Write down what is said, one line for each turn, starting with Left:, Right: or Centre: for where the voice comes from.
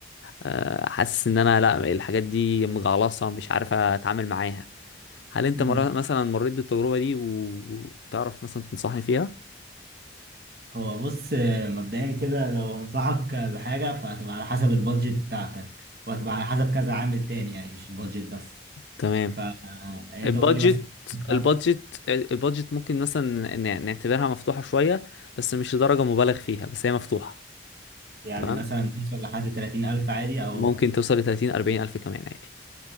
Left: آه، حاسس ان انا لا الحاجات دي مجعلصه مش عارف اتعامل معاها هل انت
Right: مم.
Left: مرة مثلا مريت بالتجربه دي وتعرف مثلا تنصحني فيها
Right: هو بص آه، مبدئيا كده لو هنصحك بحاجه فهتبقى على حسب البادجت بتاعتك وهتبقى على حسب كذا عامل تاني يعني مش البادجت بس
Left: تمام
Right: فانت
Left: البادجت
Right: قول لي مثلا بتاعتك
Left: البادجت البادجت ممكن مثلا ن- نعتبرها مفتوحة شوية بس مش لدرجة مبالغ فيها بس هي مفتوحة
Right: يعني
Left: تمام
Right: مثلا توصل لحد 30000 عادي او
Left: ممكن توصل ل 30 40 ألف كمان عادي